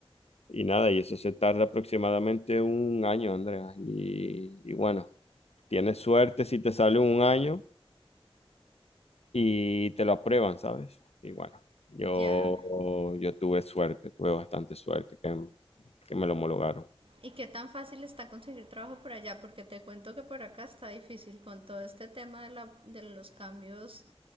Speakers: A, on the left; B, on the right.
A: y nada, y eso se tarda aproximadamente un año, Andrea. Y, y bueno, tienes suerte si te sale un año y te lo aprueban, ¿sabes? Y bueno, yo,
B: Ya.
A: yo tuve suerte, tuve bastante suerte que, que me lo homologaron.
B: ¿Y qué tan fácil está conseguir trabajo por allá? Porque te cuento que por acá está difícil con todo este tema de, la- de los cambios